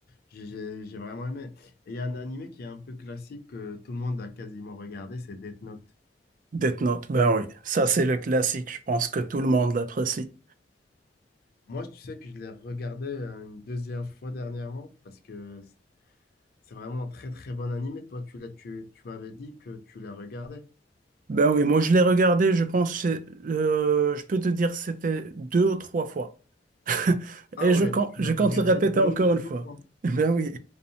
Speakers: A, on the left (about 60°); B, on the right (about 50°).
A: j'ai j'ai- j'ai vraiment aimé. Et il y a un animé qui est un peu classique que tout le monde a quasiment regardé, c'est Death Note.
B: Death Note, ben oui, ça, c'est le classique. Je pense que tout le monde l'apprécie.
A: Moi, tu sais que je l'ai regardé euh, une deuxième fois dernièrement parce que c'est vraiment un très très bon animé. Toi, tu l'as, tu, tu m'avais dit que tu l'as regardé.
B: Ben oui, moi je l'ai regardé, je pense, c'est- euh, je peux te dire c'était deux ou trois fois. <laughs>
A: Ah
B: Et
A: ouais,
B: je compte,
A: tu
B: je
A: l'as regardé
B: compte le répéter
A: deux
B: encore
A: ou trois
B: une fois.
A: fois.
B: <laughs> Ben oui.